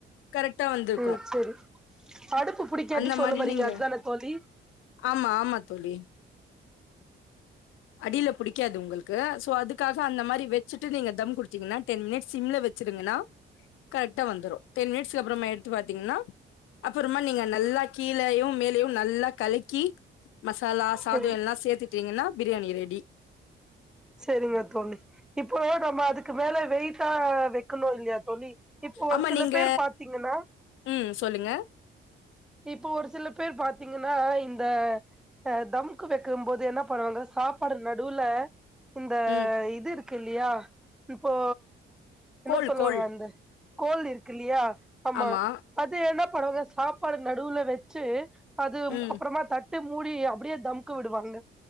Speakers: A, on the left (about 85°); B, in the centre.
A: கரெக்ட்டா வந்திருக்கும்.
B: ம் சேரி அடுப்பு பிடிக்கது
A: அந்த
B: சொல்ல
A: மாரி
B: வறீங்க
A: நீங்க
B: அதுதானா தோழி
A: ஆமா, ஆமா தோழி. அடியில புடிக்காது உங்களுக்கு சோ அதுக்காக அந்த மாரி வச்சுட்டு நீங்க தம் டிங்னா டென் மினிட்ஸ் சிம்ல வெச்சுருங்கன்னா கரெக்டா வந்துரு டென் மினிட்ஸ்ல அப்புறமா எடுத்து பாத்தீங்கன்னா அப்புறமா நீங்க நல்லா கீழயும் மேலையும் நல்லா கலக்கி மசாலா சாதோ
B: சரி
A: எல்லா சேத்துட்டீங்கன்னா பிரியாணி ரெடி
B: சேரிங்க தோழி இப்போ நம்ம அதுக்கு மேல வெயிட்டா வெக்கணு இல்லையா தோழி இப்ப ஒரு
A: ஆமா
B: சில
A: நீங்க
B: பேர் பாத்தீங்கன்னா
A: ம் சொல்லுங்க
B: இப்போ ஒரு சில பேர் பாத்தீங்கன்னா இந்த அ தம்முக்கு வெக்கும் போது என்ன பண்ணுவாங்க சாப்பாடு நடுவுல இந்த
A: ம்
B: இது இருக் இருக்கு இல்லையா இப்போ என்ன
A: கோல்
B: சொல்லுவாங்க
A: கோல்
B: அந்த கோல் இருக்கு இல்லையா ஆம்மா
A: ஆமா
B: அது என்னாப் போடவே சாப் பாட நடுவுல வெச்சு அது
A: ம்
B: அப்புறமா தட் டு மூடி அப்புடியே தம்க்கு விடுவாங்க